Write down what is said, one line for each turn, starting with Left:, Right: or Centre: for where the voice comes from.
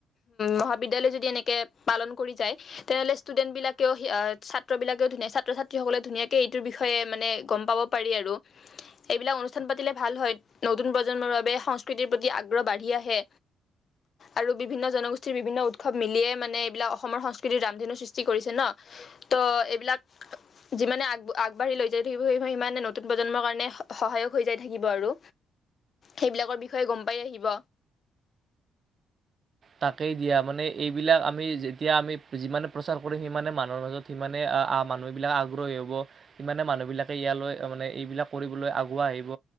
Left: মহাবিদ্যালয় যদি এনেকে পালন কৰি যায় তেনেহ'লে ষ্টুডেন্ট বিলাকেও ছাত্ৰবিলাক ছাত্ৰ ছাত্ৰীসকলে ধুনীয়াকে এইটোৰ বিষয়ে মানে গম পাব পাৰি আৰু এইবিলাক অনুষ্ঠান পাতিলে ভাল হয় নতুন প্ৰজন্মৰ বাবে সংস্কৃতিৰ প্ৰতি আগ্ৰহ বাঢ়ি আহে আৰু বিভিন্ন জনগোষ্ঠীৰ বিভিন্ন উৎসৱ মিলিয়ে মানে এইবিলাক অসমৰ সংস্কৃতিৰ ৰামধেনু সৃষ্টি কৰিছে ন ত এইবিলাক যিমানে আগ আগবাঢ়ি লৈ যাই থাকিব সেই সিমানে নতুন প্ৰজন্মৰ কাৰণে সহায়ক হৈ যাই থাকিব আৰু সেইবিলাকৰ বিষয়ে গম পাই আহিব
Right: তাকেই দিয়া মানে এইবিলাক আমি যেতিয়া আমি যিমানে প্ৰচাৰ কৰো সিমানে মানুহৰ মাজত সিমানে মানুহ বিলাক আগ্ৰহী হ'ব সিমানে মানুহ বিলাক ইয়ালৈ মানে এইবিলাক কৰিবলৈ আগুৱাই আহিব